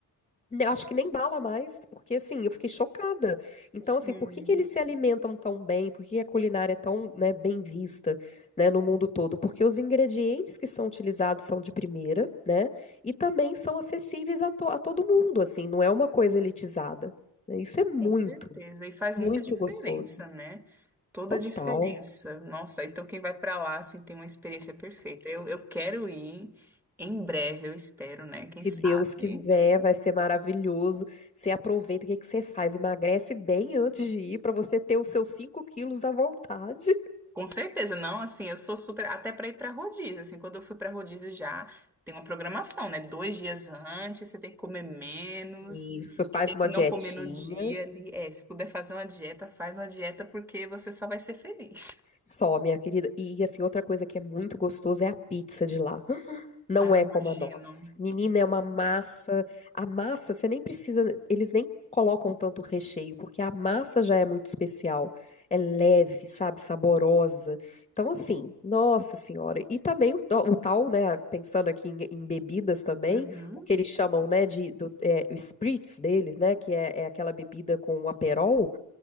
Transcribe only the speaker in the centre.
Sim,
com certeza. E faz
muita diferença,
né? Toda
a diferença. Nossa, então quem vai pra lá, assim, tem uma experiência perfeita. Eu, eu quero ir em breve, eu espero, né? Quem
sabe?
Com certeza, não, assim, eu sou super, até para ir para rodízio, assim, quando eu fui para rodízio já tem uma programação, né? Dois dias antes, você tem que comer menos
e tem
que
não comer no dia ali. É, se puder fazer uma dieta, faz uma dieta porque você só vai ser feliz. <laughs>
Ah, eu
imagino.
Uhum,